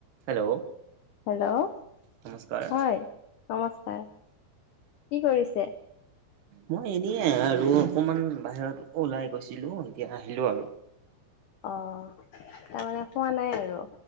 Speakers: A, on the right; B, on the left.
A: হেল্ল'।
B: হেল্ল'
A: নমস্কাৰ
B: হয় নমস্কাৰ, কি কৰিছে?
A: মই এনে আৰু অকমান বাহিৰত ওলাই গৈছিলো এতিয়া আহিলো আৰু।
B: অ' তাৰমানে শুৱা নাই আৰু।